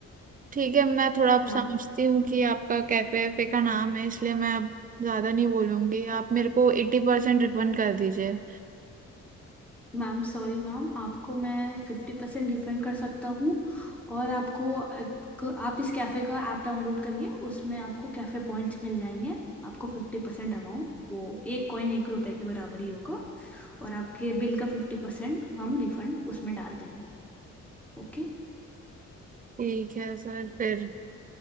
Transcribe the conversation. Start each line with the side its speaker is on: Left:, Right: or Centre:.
Right: ठीक है मैं थोड़ा आप
Centre: मैम
Right: समझती हूँ कि आपका कैफे पे का नाम है इसलिए मैं अब ज्यादा नहीं बोलूंगी आप मेरे को एट्टी परसेंट रिफंड कर दीजिए
Centre: मैम सॉरी मैम आपको मैं फिफ्टी परसेंट रिफंड कर सकता हूँ और आपको आपको- आप इस कैफ़े का ऐप डाउनलोड करिए उसमें आपको कैफ़े पॉइंट्स मिल जाएंगे आपको फिफ्टी परसेंट अमाउंट वो एक कॉइन एक रुपए के बराबर ही होगा और आपके बिल का फिफ्टी परसेंट हम रिफंड उसमें डाल देंगे ओके
Right: ठीक है सर फिर